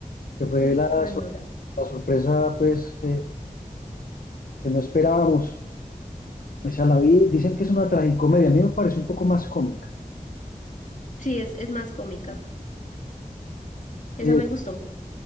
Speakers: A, on the left (about 75°); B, on the left (about 55°).
A: que fue
B: Mm,
A: la,
B: Anora.
A: sor- la sorpresa pues que, que no esperábamos. Esa la vi, dicen que es una tragicomedia, a mí me parece un poco más cómica.
B: Sí, es, es más cómica. Esa
A: Eh,
B: me gustó.